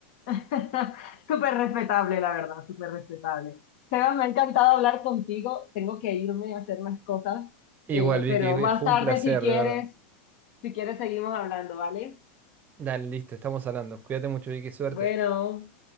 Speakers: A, on the left; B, on the right.
A: <laughs> Súper respetable, la verdad, súper respetable. Sebas, me ha encantado hablar contigo. Tengo que irme a hacer unas cosas,
B: Igual,
A: eh,
B: Vicky,
A: pero más
B: fue
A: tarde,
B: un placer,
A: si quieres,
B: de verdad.
A: si quieres, seguimos hablando, ¿vale?
B: Dale, listo, estamos hablando. Cuídate mucho, Vicky, suerte.
A: Bueno.